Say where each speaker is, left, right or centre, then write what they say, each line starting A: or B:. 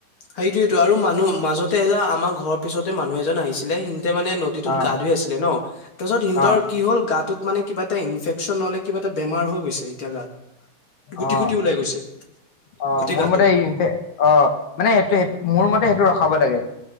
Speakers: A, on the left (about 40°); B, on the left (about 55°).
A: সেইটোৱেটো। আৰু মানুহ- মাজতে এজা আমাৰ ঘৰৰ পিছতে মানুহ এজন আহিছিলে তেতিয়া মানে নদীটোত
B: অ
A: গা ধুই আছিলে ন'? তাৰপিছত সিন্তৰ
B: অ
A: কি হ'ল, গাটোত মানে কিবা এটা ইনফেকচন নহ'লে কিবা এটা বেমাৰ হৈ গৈছে এতিয়া গাত। গুটি
B: অ'।
A: গুটি ওলাই গৈছে
B: অ'
A: গোটেই
B: মোৰ
A: গাটোত
B: মতে ইনফে- অ' মানে এইটো- এ- মোৰ মতে সেইটো ৰখাব লাগে।